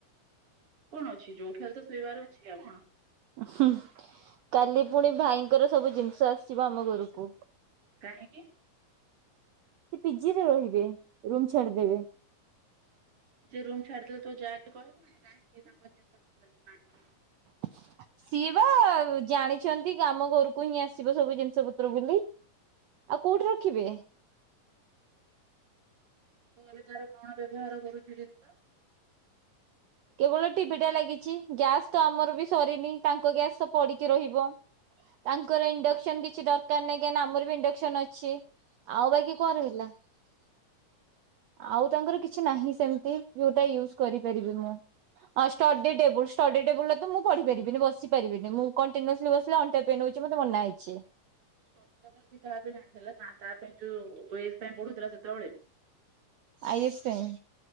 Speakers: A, on the right (about 45°); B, on the right (about 80°).
A: କଁ ଅଛି ଯୋଉଠି ହେଲେ ତ ଶୋଇବାର ଅଛି ଆଉ କଣ।
B: ହୁଁ କାଲି ପୁଣି ଭାଇଙ୍କର ସବୁ ଜିନିଷ ଆସିବ ଆମ ଘରକୁ।
A: କାହିଁକି?
B: ସେ ପିଜିରେ ରହିବେ ରୁମ ଛାଡିଦେବେ।
A: ଯେ ରୁମ ଛାଡିଦେଲେ ତ ଯାକୁ କହିବୁନୁ କି ନାଇ ସିଏ ତାଙ୍କର ଜିନିଷ ପତ୍ର ପା
B: <inaudible> ସିଏ ବା ଜାଣିଛନ୍ତି ଆମ ଘରକୁ ହିଁ ଆସିବ ସବୁ ଜିନିଷ ପତ୍ର ବୋଲି। ଆଉ କୋଉଠି ରଖିବେ?
A: ତୁ ଏବେ ତାର କଣ ବ୍ୟବହାର କରୁଛୁ ଜିନିଷ?
B: କେବଳ ଟିଭିିଟା ଲାଗିଛି ଗ୍ୟାସ୍ ତ ଆମର ବି ସରିନି ତାଙ୍କ ଗ୍ୟାସ ତ ପଡିକି ରହିବ। ତାଙ୍କର ଇଣ୍ଡକ୍ସନ କିଛି ଦରକାର ନାହିଁ କାହିଁକି ନା ଆମର ବି ଇଣ୍ଡକ୍ସନ ଅଛି। ଅଛି ଆଉ ବାକି କଣ ରହିଲା? ଆଉ ତାଙ୍କର କିଛି ନାହିଁ ସେମିତି ଯୋଉଟା ୟୁଜ କରିପାରିବି ମୁଁ। ଷ୍ଟଡି ଟେବୁଲ୍ ଷ୍ଟଡି ଟେବୁଲ ରେ ତ ମୁଁ ପଢି ପାରିବିନି ବସି ପାରିବିନି ମୁଁ କଣ୍ଟିନୁୟସଲି ବସିଲେ ଅଣ୍ଟା ପେନ ହୋଉଚି ମତେ ମନା ହେଇଛି।
A: ଷ୍ଟଡି ଟେବୁଲ ସିଏ କାହା ପାଇଁ ଆଣିଥିଲା ତା ପାଇଁ ଯୋଉ ଓଏସ ପାଇଁ ପଢୁଥିଲା ସେତେବେଳେ।
B: ଆଏସ ପାଇଁ